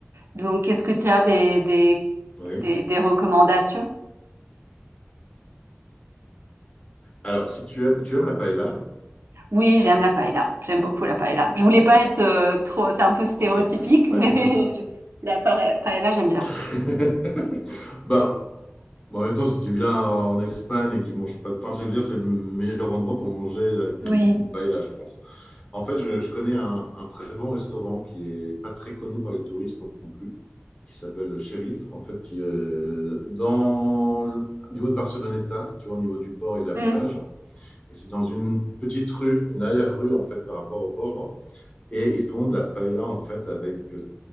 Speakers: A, on the right; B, on the left.
A: Donc, est-ce que tu as des, des,
B: Oui.
A: des, des recommandations?
B: Alors, si tu aimes, tu aimes la paella,
A: Oui, j'aime la paella. J'aime beaucoup la paella. Je voulais pas être euh, trop, c'est un peu stéréotypique,
B: ok.
A: <laughs> mais
B: Bah, écoute,
A: je- la pa- paella, j'aime bien.
B: <laughs> Bah, en même temps, si tu viens en Espagne et que tu manges pas de pain, c'est dire c'est le meilleur endroit pour manger la- une,
A: Oui.
B: une paella, je pense. En fait, je, je connais un, un très bon restaurant qui est pas très connu par les touristes non plus, qui s'appelle Sheriff, en fait, qui est dans le, au niveau de Barceloneta, tu vois, au niveau du port et de la
A: Mm,
B: plage. Et c'est dans une petite rue, une arrière-rue, en fait, par rapport au port. Et ils font de la paella en fait avec